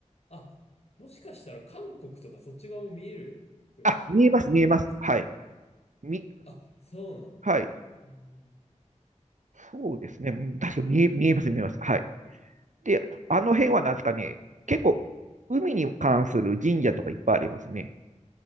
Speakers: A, on the left; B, on the right.
A: あ、もしかしたら韓国とかそっち側も見えるくですかね。
B: あ、見えます、見えます。はい。み、
A: あ、そうなんだ。
B: はい。
A: うん、
B: そうですね。
A: そっか。
B: うん確かに見え、見えます、見えます。はい。で、あの辺はなんですかね、結構、海に関する神社とかいっぱいありますね。